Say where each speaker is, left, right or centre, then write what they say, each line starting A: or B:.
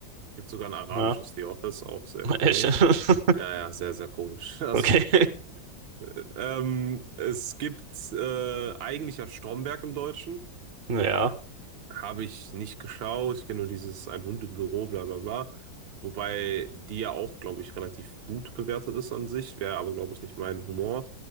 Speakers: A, on the right; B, on the right.
A: Gibt sogar ein arabisches
B: ja,
A: The Office, auch sehr
B: <laughs>
A: komisch.
B: echt. <laughs>
A: Ja, ja, sehr, sehr komisch. <laughs> Also,
B: Okay.
A: äh, ähm, es gibt äh, eigentlich ja Stromberg im Deutschen.
B: Ja,
A: Habe ich nicht geschaut. Ich kenne nur dieses Ein Hund im Büro, bla bla bla. Wobei die ja auch, glaube ich, relativ gut bewertet ist an sich. Wäre aber, glaube ich, nicht mein Humor.